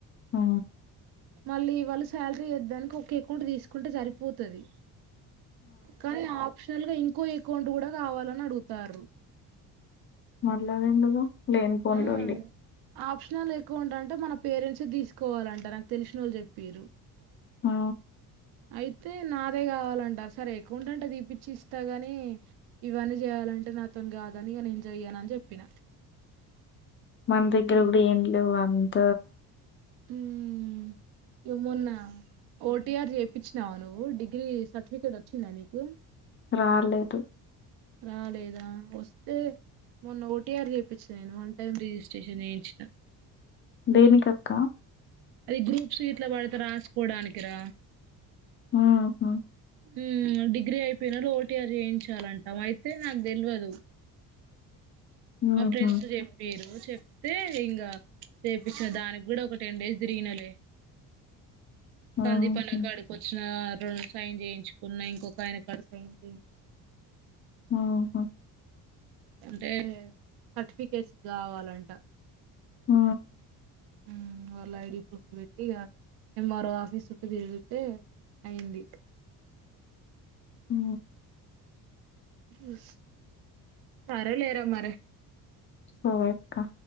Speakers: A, on the left; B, on the right.
A: ఆ
B: మళ్ళీ వాళ్ళ శాలరీ ఏద్దానికి ఒక అకౌంట్ తీసుకుంటే సరిపోతది కానీ అక్షల్ గా ఇంకో అకౌంట్ కూడా కావాలని అడుగుతార్రు
A: మాట్లాడేదుకు లేనిపోని
B: ఆ
A: లొళ్ళి
B: ఆప్షనల్ ఏకౌంట్ అంటే మన పేరెంట్స్ తీసుకోవాలంట నాకు తెలిశినోలు చెప్పిరు
A: ఆ
B: అయితే నాదే కావాలంట సరే ఏకౌంట్ అంటే తీపిచ్చి ఇస్తా గాని ఇవన్నీ చేయాల అంటే నాతోని కాదని ఇగ నేను జెయ్యను అని చెప్పిన
A: మన దగ్గర
B: అన్
A: కూడా ఏం లేవు అంత
B: హమ్ యమున్నా ఓ టి ఆర్ జెప్ ఇచ్చినావా నువ్వు డిగ్రీ సర్టిఫికేట్ వచ్చిందా నీకు
A: రాలేదు
B: రాలేదా వస్తే మొన్న ఓ టీ ఆర్ చేపిచ్చిన నేను వన్ టైమ్ రిజిస్ట్రేషన్ చేయించిన
A: దేనికి అక్క
B: అది గ్రూప్స్ గిట్లా పడితే రాసుకోవడానికిరా
A: ఆహ
B: ఊ డిగ్రీ అయిపోయినోల్లు ఓటీఆర్ చేయించాలంటా అయితే నాకు తెల్వదు మా
A: ఊహు
B: ఫ్రెండ్స్ చెప్పిరు చెప్తే ఇంగ చేపిచ్చిన దానికి కూడా ఒక టెన్ డేస్ తిరిగినలే
A: హుహు.
B: సందీపన్న కాడికి వచ్చినా సైన్ చేయించుకున్నా ఇంకొక ఆయన కార్డు సైన్ చేయించుకున్నా
A: ఓహో
B: అంటే సర్టిఫికేట్స్ కావాలంట
A: ఆ
B: ఉ వాళ్ళ ఐడి ప్రూఫ్ పెట్టి ఇగ ఎంఆర్ఓ ఆఫీస్ చుట్టూ తిరిగితే అయింది
A: ఉ
B: ఉ సరే లేరా మరి
A: సరేక్క